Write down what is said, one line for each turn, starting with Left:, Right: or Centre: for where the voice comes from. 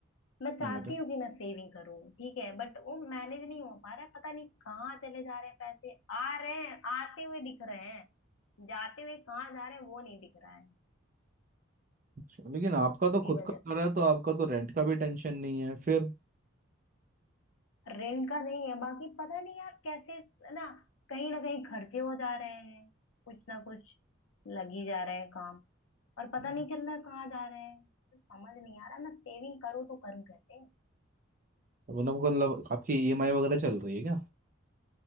Left: मैं चाहती
Right: अरे
Left: हूँ कि मैं सेविंग करूँ ठीक है बट वो मैनेज नहीं हो पा रहा है पता नहीं कहाँ चले जा रहे हैं पैसे आ रहे हैं आते हुए दिख रहे हैं जाते हुए कहाँ जा रहे हैं वो नहीं दिख रहा है
Right: अच्छा, लेकिन आपका तो
Left: इसी
Right: खुद
Left: वजह
Right: का घर है तो आपका तो रेंट का भी टेंशन नहीं है फिर
Left: रेंट का नहीं है बाकी पता नहीं यार कैसे ना कहीं ना कहीं खर्चे हो जा रहे हैं कुछ ना कुछ लग ही जा रहे हैं काम और पता
Right: हम्म।
Left: नहीं चल रहा है कहाँ जा रहे हैं समझ नहीं आ रहा मैं सेविंग करूँ तो करूँ कैसे
Right: मतलब मतलब आपकी ईएमआई वगैरह चल रही है क्या